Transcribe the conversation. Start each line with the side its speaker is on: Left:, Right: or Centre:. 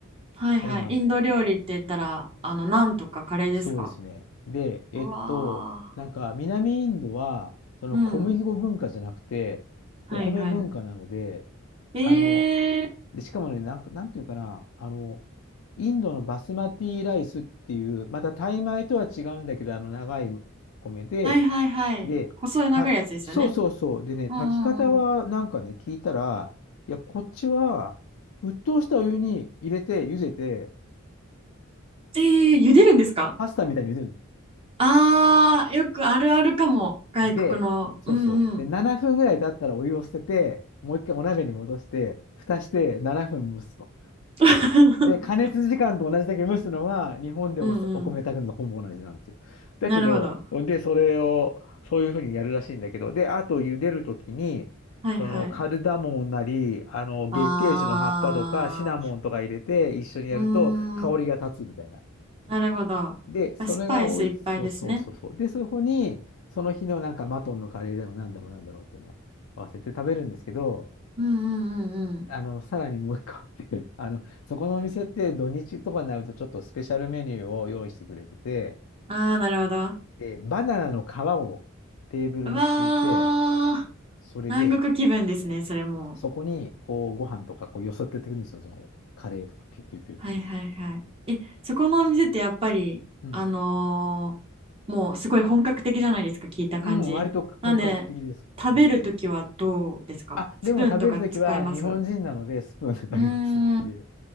Right: はいはい。
Left: あります。
Right: インド料理って言ったら、あの、ナンとかカレーですか
Left: そうですね。で、えっと、
Right: うわ
Left: なんか南インドは、その小麦粉文化じゃなくて、
Right: ーうん。はいは
Left: お米文化なので、
Right: い。
Left: あの、
Right: えー。
Left: で、しかもね、なんか、なんていうかな、あの、インドのバスマティライスっていう、またタイ米とは違うんだけど、あの長い米で、
Right: はいはいはい。
Left: で、
Right: 細い長いやつですよね。
Left: た、そうそうそう。でね、
Right: うんうんうん。
Left: 炊き方はなんかね、聞いたら、いや、こっちは沸騰したお湯に入れて、茹でて、
Right: えー、茹でるんですか
Left: パスタみたいに茹でるの
Right: あー、よくあるあるかも。外国の。
Left: で、そうそう。
Right: うんうん。
Left: で、7分ぐらい経ったらお湯を捨てて、もう一回お鍋に戻して、蓋して7分蒸すと。
Right: <laughs>
Left: で、加熱時間と同じだけ蒸すのは、日本でお、
Right: うんうん。
Left: お米炊くのとほぼ同じなんですよ。
Right: <laughs>
Left: だけど、
Right: なるほど。
Left: で、それを、そういうふうにやるらしいんだけど、で、あと茹でるときに、
Right: はいはい。
Left: そのカルダモンなり、あの月桂樹の葉っぱとかシナモンとか入れて一緒にやると香りが立つみたいな。
Right: あー、うーん、なるほど。まあスパイスいっぱいですね。
Left: で、それがおい、そうそうそうそう。で、そこに、その日のなんかマトンのカレーだろう、なんだろう、なんだろうっていうのを合わせて食べるんですけど、
Right: うんうんうんうん。
Left: あの、さらにもう一個あって、<laughs> あの、そこのお店って土日とかになるとちょっとスペシャルメニューを用意してくれてて、
Right: ああ、なるほど。
Left: で、バナナの皮をテーブルに敷いて、
Right: うわー、
Left: それで、
Right: 南国気分ですね、それも。
Left: そこにこうご飯とかこうよそってってくるんですよ、そのカレーとか、ピュッピュッピュッピュッつって。
Right: はいはいはい。え、そこのお店ってやっぱり、
Left: うん。
Right: あのーもうすごい本格的じゃないですか、聞いた感じ。
Left: うん、割と本格的です。
Right: なんで、食べるときはどうですかスプーンとか使いますう
Left: うん。あ、でも食べるときは日本人なのでスプーンで食べますっていう。
Right: ーん、な